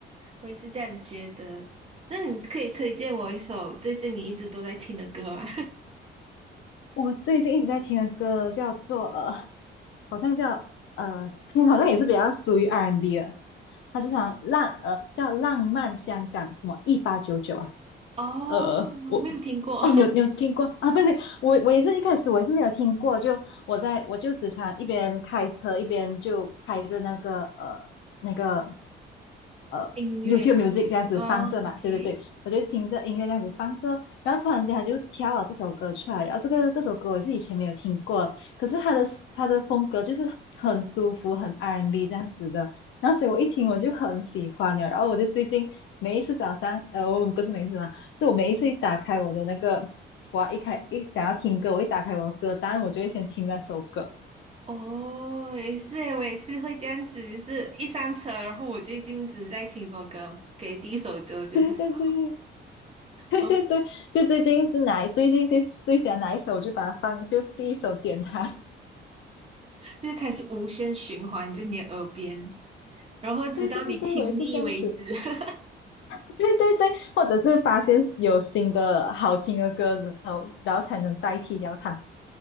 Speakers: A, on the right; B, on the left.
A: 我也是这样觉得。那你可以推荐我一首最近你一直都在听的歌吗？
B: 我最近一直在听的歌叫做呃，好像叫，嗯好像也是比较属于 R&B 的，它就像浪呃叫浪漫香港什么一八九九啊，
A: <laughs> 哦，
B: 呃，我
A: 没有听过
B: 哦，你有你有听过啊？不是，我我也是一开始我也是没有听过，就我在我就时常一边开车一边就开着那个呃那个
A: <laughs>
B: 呃
A: 音乐。
B: YouTube Music 这样子放着嘛，
A: 哦，OK。
B: 对对对，我就听着音乐这样子放着，然后突然间他就挑了这首歌出来，然后这个这首歌我是以前没有听过，可是他的他的风格就是很舒服，很 R&B 这样子的，然后所以我一听我就很喜欢了，然后我就最近每一次早上，呃，我们不是每一次啊，是我每一次一打开我的那个，我一开一想要听歌，我一打开我的歌单，我就会先听那首歌，
A: 哦，也是诶，我也是会这样子，就是一上车，然后我最近只在听首歌，给第一首歌就是好，
B: 对对对。<laughs> 对对对，
A: 然后
B: 就最近是哪最近最最喜欢哪一首，我就把它放，就第一首点它。
A: 就开始无限循环在你的耳边，然后直到你听腻为止。
B: <laughs> 对对对，我也是这样子。
A: <laughs>
B: <laughs> 对对对，或者是发现有新的好听的歌之后，然后才能代替掉它。